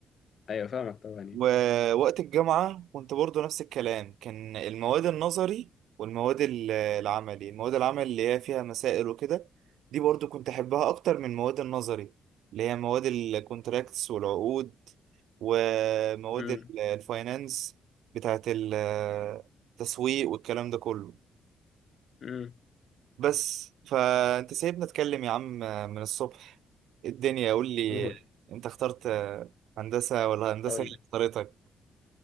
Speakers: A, on the left; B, on the right.
A: ايوه فاهمك طبعا يعني
B: ووقت الجامعة كنت برضو نفس الكلام كان المواد النظري والمواد ال- العملي المواد العمل اللي هي فيها مسائل وكده دي برضو كنت أحبها أكتر من المواد النظري اللي هي مواد الكونتراكتس والعقود ومواد
A: امم
B: ال- الفاينانس بتاعت ال- التسويق والكلام ده كله
A: امم
B: بس فأنت سايبني أتكلم يا عم من الصبح الدنيا قول لي
A: قول
B: أنت اخترت هندسة ولا هندسة
A: اقول
B: اللي
A: لك
B: اختارتك